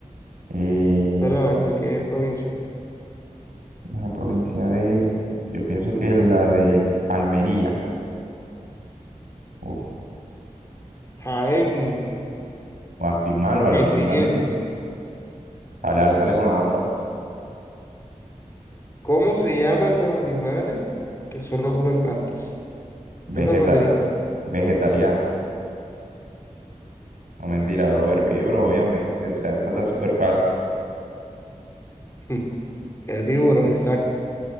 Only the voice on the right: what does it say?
Eh,
la provincia de, yo pienso que la de Almería. Uf,
o estoy mal, vale,
estoy
mal en- Dale, dale, dale con la otra, pues.
Vegetari
vegetariano. No mentira, bro, herbívoros, obviamente. O sea, esa está súper fácil.